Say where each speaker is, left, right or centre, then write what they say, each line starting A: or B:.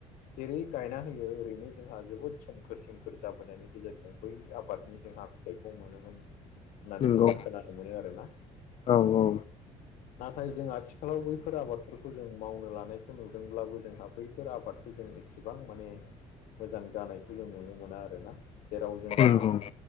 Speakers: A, on the left; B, on the left.
A: जेरै गायना होयो ओरैनो जोंहा जोबोद सोमखोर सोमखोर जाबोनायनि गेजेरजों बैनि आबादनि जोंहा फि गाइगं मोनोमोन होननानै
B: नंगौ
A: जों खोनानो मोनो आरोना।
B: औ औ
A: नाथाय जों आथिखालाव बैफोर आबादफोरखौ जों मावनो लानायखौ नुदोंब्लाबो जोंहा बैफोर आबाद खौ जों इसेबां माने मोजां जानायखौ जों नुनो मोना आरोना जेराव जोंहा
B: नंगौ